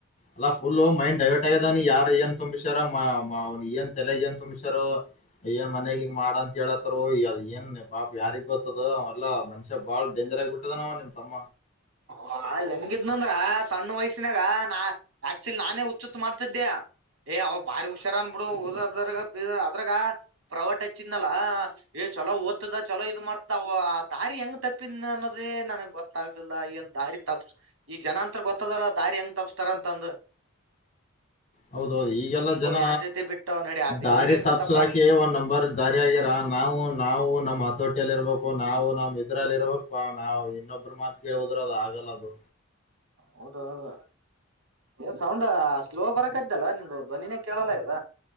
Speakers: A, on the left (about 35°); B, on the right (about 85°).
A: ಅಲ್ಲಾ ಫುಲ್ ಮೈಂಡ್. ಯವೇಟ್ ಆಗದಾನ ಯಾರ ಎಂತ್ ತು. ಇತರ ಮಾಮ್ ಮಾ ಅವ್ನ್ ತಲೆಗೇನ್ ತುಮಷಾರ ಏನ್ ಮನೆಗ ಇಂಗ್ ಮಾಡ ಅಂತ ಹೇಳ. ಏನ್ ನೆಪ ಪಾಪ ಯಾರಿಗೊತ್ತಾದ ಬತ್ತದ ಎಲ್ಲ ಮನುಷ್ಯ ಬಾಳ್ ಬೇಜರ್ ಆಗ್ ಬಿಟ್ಟದನಾವ ನಿಮ್ ತಮ್ಮ.
B: ಹ ಹೆಂಗಿದ್ನಂದ್ರ. ಸಣ್ಣ ವಯಸ್ಸಿನಾಗ ನಾ ಆಕ್ಚುಲಿ ನಾನೇ ಉಚ್ಚುುತ್ತ ಮಾಡ್ತಿದ್ದೆ ಏ್ ಅವ್ ಬಾರಿ. ಹುಷಾರನ್ ಬಿಡು ಓದದ್ರ ಬ ಅದ್ರಾಗ ಪ್ರೈವಟ್ ಹಚ್ಚಿದನಲ್ಲ. ಏ ಚಲೋ ಓದ್ತದ ಚಲೋ ಇದ್ ಮಾಡ್ತಾವ ದಾರಿ ಹೆಂಗ್ ತಪ್ಪಿದ್ನ ಅನ್ನೋದು. ಅ್ರೆ ನನಗ್ ಗೊತ್ತಾಗ್ಲಿಲ್ಲ ಏನ್ ದಾರಿ ತಪ್ಸ. ಈ ಜನ ಅಂತ್ರ ಗೊತ್ತದಲ್ಲ ದಾರಿ ಹೆಂಗ್ ತಪಸ್ತರ ಅಂತಂದ.
A: ಹೌದೌದು ಈಗೆಲ್ಲ ಜನ
B: ಯಾರ್ ಜೊತೆ ಬಿಟ್ಟೋ ನಡಿ ಆ ದೇವ್ರಿಗೆ
A: ದಾರಿ
B: ಗೊತ್ತಪ್ಪಾ
A: ತಪ್ಸಲಕೆ ಒಂದ್ ನಂಬರ್. ದಾರಿಿಯಗಿರ ನಾವು ನಾವು ನಮ್ಮ್ ಹತೋಟಿಯಲ್ಲಿ ಇರ್ಬೇಕು ನಾವು ನಮ್ಮ್ ಇದ್ರಲ್ಲಿ ಇರ್ಬೇಕು. ಾ ನಾವವು ಇನ್ನೊಬ್್ರ ಮಾತ್ ಕೇಳೋುದ್ರ ಅದು ಆಗಲ್ಲ. ಅದು
B: ಹೌದಾ ಹೌದಾ. ಏನ್ ಸೌಂಡ್ ಸ್ಲೋ ಬರಕತ್ತಲ್ಲ ನಿಂದ ಧ್ವನಿನೇ ಕೇಳಲ್ಲ ಇದ.